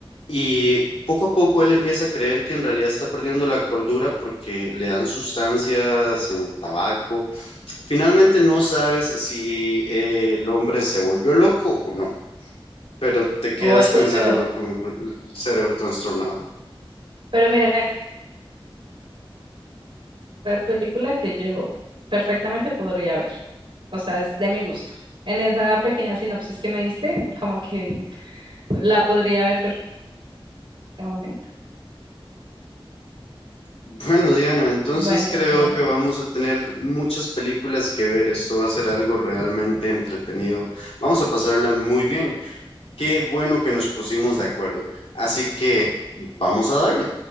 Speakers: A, on the left; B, on the right.
A: y poco a poco él empieza a creer que en realidad está perdiendo la cordura porque le dan sustancias en el tabaco. Finalmente no sabes si eh, el hombre se volvió loco o no pero te quedas
B: Oye,
A: pensando
B: pero,
A: con el cerebro trastornado.
B: pero mira de película que yo perfectamente podría ver. O sea, es de mi gusto. En esa pequeña sinopsis que me diste, como que la podría ver perfectamente.
A: Bueno, Diana, entonces
B: Bueno,
A: creo
B: este,
A: que vamos a tener muchas películas que ver. Esto va a ser algo realmente entretenido. Vamos a pasarla muy bien. Qué bueno que nos pusimos de acuerdo. Así que vamos a darle.